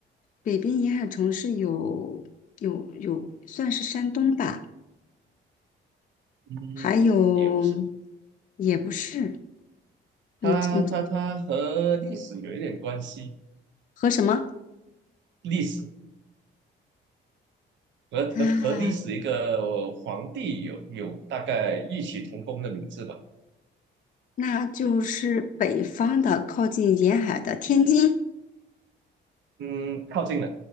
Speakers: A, on the left; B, on the right.
A: 北边沿海城市有有有算是山东吧，
B: 嗯，
A: 还有
B: 也不是，
A: 也不是，你你
B: 它它它和历史有一点关系，
A: 和什么
B: 历史和和和历史一个皇帝有有大概异曲同工的名字吧，
A: 啊？那就是北方的靠近沿海的天津，
B: 嗯，靠近了，